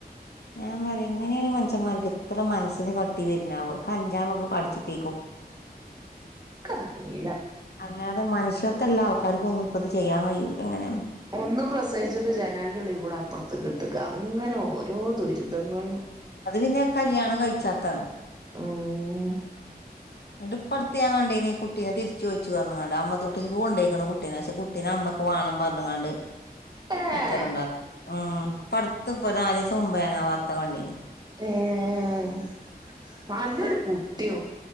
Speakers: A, on the left; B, on the right.
A: ഞാൻ പറയാ ഇങ്ങനെയാണ് ഈ മനഷ്യന്മാർക്ക് ഇത്ര മനസിനെ കട്ടി വരാനേയാവോ കഞ്ചാവ്ക്കെ കടിച്ചിട്ടേക്കും
B: കറിയില്ല
A: അല്ലാതെ മനുഷ്യത്തല്ല ആൾക്കർക്കും ഒന്നും ഇപ്പ ഇത് ചെയ്യാൻ കഴിയൂല്ല അങ്ങനെയാ
B: ഒന്ന് പ്രസവിച്ചിട്ട് ജനാലിന്റെ ഉള്ളി കൂടെ അപ്പുറത്ത് കിട്ടുക അങ്ങനെ ഓരോ ദുരിതങ്ങളും
A: അത് പിന്നെ കല്യാണം കഴിച്ചാത്താണ്
B: ഓ ഉം
A: ഇത് ഇപ്പ അടുത്ത് ഞാ കണ്ടേനി കുട്ടീെ തിരിച്ച് ചോയിച്ച് <unintelligible> അമ്മ തൊട്ടിലിക്ക് കൊണ്ടോയ്ക്കണ കുട്ടീനെ പ ട്ടിന അമ്മക്ക് വേണം പറഞ്ഞാങ്ങാണ്ട്
B: ഏഹ്
A: കച്ചറം ഉണ്ടാക്കും ഉം പടുത്ത് ഇപ്പൊ <unintelligible> മുമ്പയന വാർത്ത കണ്ടീന്
B: ഏഹ് നല്ലൊരു കുട്ടിം